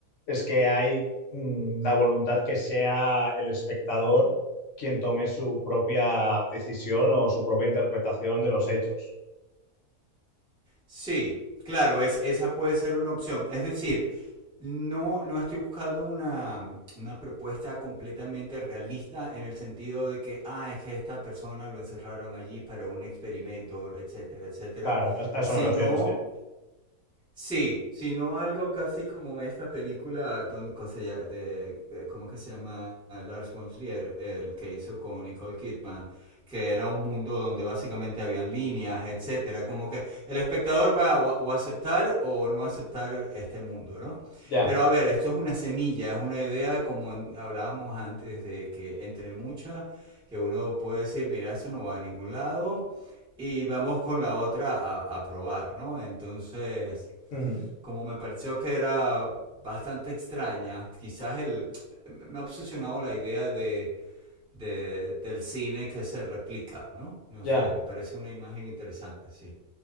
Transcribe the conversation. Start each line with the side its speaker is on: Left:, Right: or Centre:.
Left: es que hay mm, la voluntad que sea el espectador quien tome su propia decisión o su propia interpretación de los hechos.
Centre: Sí, claro, es, esa puede ser una opción. Es decir, no, no estoy buscando una, una propuesta completamente realista en el sentido de que, ah, es que esta persona lo encerraron allí para un experimento, etcétera, etcétera,
Left: Claro, a, a
Centre: sino
Left: eso me refiero, sí.
Centre: Sí, sino algo casi como esta película donde, co- se lla- de, de- ¿cómo que se llama? Lars von Trier, el que hizo con Nicole Kidman, que era un mundo donde básicamente habían líneas, etcétera, como que el espectador va a o, o aceptar o no aceptar este mundo, ¿no?
Left: Ya,
Centre: Pero a ver, esto es una semilla, es una idea como en- hablábamos antes de que entre muchas, que uno puede decir, mira, esto no va a ningún lado y vamos con la otra a, a probar, ¿no? Entonces
Left: ujú,
Centre: como me pareció que era bastante extraña, quizás el, me ha obsesionado la idea de, de- del cine que se replica, ¿no? No
Left: ya.
Centre: sé, me parece una imagen interesante, sí.